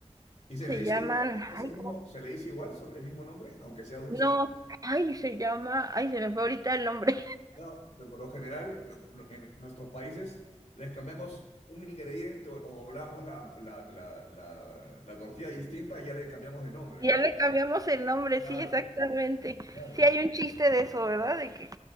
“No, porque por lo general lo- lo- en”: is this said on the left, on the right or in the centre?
Left